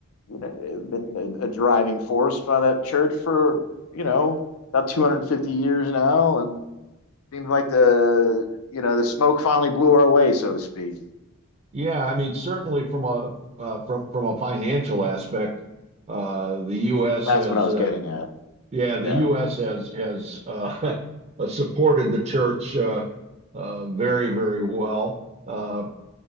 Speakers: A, on the left (about 80°); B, on the right (about 30°).
A: you know been a, a driving force for that church for you know about 250 years now, and seems like the you know the smoke finally blew our way, so to speak.
B: Yeah, I mean, certainly from a uh, from from a financial aspect, uh, the U.S.
A: That's
B: has
A: what I was
B: uh,
A: getting at.
B: yeah, the
A: Yeah,
B: U.S. has has uh, <laughs> uh, supported the church uh, uh, very very well. Uh,